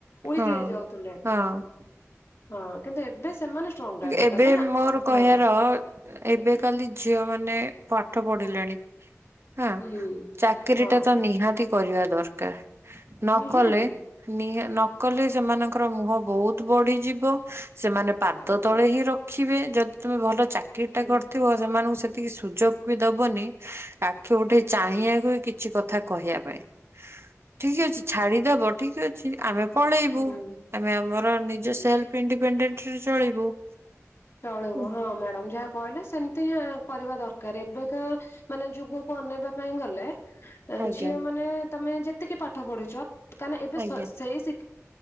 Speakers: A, on the left (about 55°); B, on the right (about 55°).
A: ୱିକ
B: ହଁ
A: ହେଇ ଯାଉଥିଲେ।
B: ହଁ
A: ହଁ କିନ୍ତୁ ଏବେ ସେମାନେ ଷ୍ଟ୍ରଙ୍ଗ ରହିବା ଦରକାର
B: ଏବେ
A: ମାନେ
B: ମୋର
A: ହଁ
B: କହିବାର ଏବେ କାଲି ଝିଅ ମାନେ ପାଠ ପଢିଲେଣି ହଁ
A: ହୁଁ
B: ଚାକିରି
A: ହଁ
B: ଟା ତ ନିହାତି କରିବା ଦରକାର। ନ
A: ନିହାତି
B: କଲେ ନି ନ କଲେ ସେମାନଙ୍କର ମୁହଁ ବହୁତ ବଢିଯିବ ସେମାନେ ପା ଦ
A: ଆଜ୍ଞା
B: ତଳେ ହିଁ ରଖିବେ ଯଦି ତୁମେ ଭଲ ଚାକିରୀ ଟା
A: ହୁଁ
B: କରିଥିବ ସେମାନଙ୍କୁ ସେତିକି ସୁଯୋଗ ବି ଦବନି ଆଖି ଉଠେଇ ଚାହିଁବାକୁ କିଛି କଥା କହିବା ପାଇଁ। ଠିକ ଅଛି ଛାଡିଦବ ଠିକ ଅଛି ଆମେ ପଳେଇବୁ।
A: ହୁଁ
B: ଆମେ ଆମର ନିଜ ସେଲଫ ଇଣ୍ଡିପେଣ୍ଡେଣ୍ଟରେ ଚଳିବୁ।
A: ଚଳିବୁ
B: ହୁଁ
A: ହଁ ମ୍ୟାଡାମ ଯାହା କହିଲେ ସେମିତି ହଁ କରିବା ଦରକାର ଏବେକା ମାନେ ଯୁଗକୁ ଅନେଇବା ପାଇଁ ଗଲେ
B: ଆଜ୍ଞା
A: ଝିଅ ମାନେ ତମେ ଯେତିକି ପାଠ ପଢୁଛ କାହିଁକିନା ଏବେ
B: ଆଜ୍ଞା
A: ସେଇ ଶି